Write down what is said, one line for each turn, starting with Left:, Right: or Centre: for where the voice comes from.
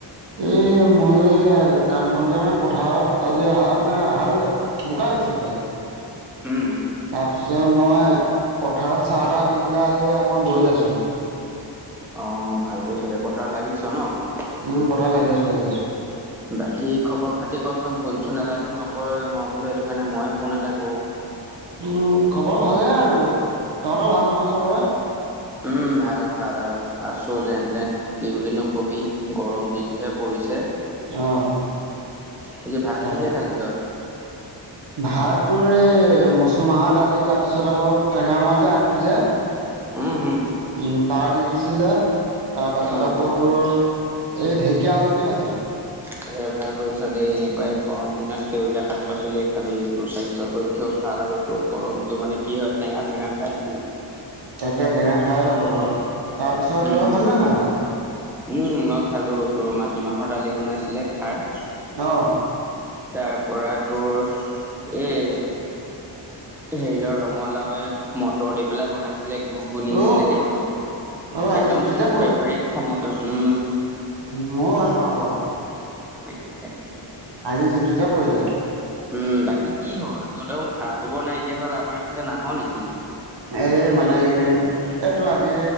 Right: এ মইও এয়া কাম বন যে মানে পথাৰত আজি হ মানে হাল বোকা দিছিলে।
Centre: উম।
Right: তাৰপিছত মই পথাৰত চাহ তাহ দি পেলাই আহি অকণমান বহি আছো।
Centre: অঁ, ভাল কৰিছ দে, পথাৰত লাগিছ ন?
Right: উম পথাৰত লাগি আছো লাগি আছো।
Centre: বাকী খবৰ খাতি ক'চোন ফোনচোন এটাটো নকৰে মই বোলো সেইটো কাৰণে মইয়ে ফোন এটা কৰো।
Right: উম খবৰ ভালে আৰু। তহঁতৰ ভাল নহয় চবৰে?
Centre: উম ভাল ভাল অঁ, আছো যেন তেন। কি বুলিনো কবি গৰম যিটোহে পৰিছে।
Right: অঁ
Centre: আজি ভাত
Right: তাক
Centre: কিহে খালি তই?
Right: ভাত তোৰ এই মচুৰ মাহৰ দালি তাৰপিছত আকৌ টেঙা মৰা যে আগটো যে।
Centre: উম হুম
Right: উম তাৰ দি দিছিলে তাৰপাছত
Centre: অ
Right: আকৌ তোৰ এই ঢেকীয়া আলগুটি ভাজিলে।
Centre: এ ভাল কৰিছ দেই, এনেকুৱাই গৰম দিনত সেউজীয়া শাক পাচলিয়ে খাবি তোৰ স্বাস্থ্যৰ পৈ ক্ষে ভাল আৰু তোৰ গৰমটো মানে কি হয় টেঙা চেঙা খাই থাকিবি।
Right: তাকে টেঙা খাই থাকো বাৰু। তাৰপিছত
Centre: উম
Right: তই খালি নে নাই ভাত?
Centre: উম মই খালো তোৰ মাটিমাহৰ দালি বনাইছিলে খাৰ।
Right: অঁ।
Centre: তাৰপৰা তোৰ এই হেৰিয়ৰ ৰঙালাওয়ে মটৰ দি পেলাই বনাইছিলে। ঘুগুনী নিচিনাকে,
Right: অহ অ' আজি
Centre: একদম
Right: জুতিতে
Centre: তোৰ ফেভাৰট খানাটো উম।
Right: মইও ভাল পাওঁ বাৰু।
Centre: তাকে তাকে।
Right: আজি জুতিতে পৰিলে।
Centre: উম বাকী কি হ'ল, তোৰ দেখোন খা খবৰ নাইকিয়া হ'ল আমাৰ এইফালে নাহ নেকি?
Right: এই মানে এইকেইদিন এই তোৰ আজি